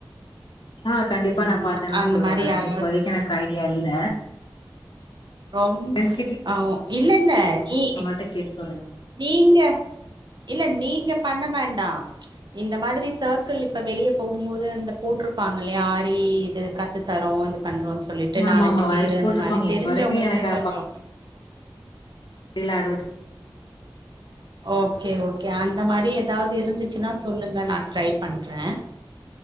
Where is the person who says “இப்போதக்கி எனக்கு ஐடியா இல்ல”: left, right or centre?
Left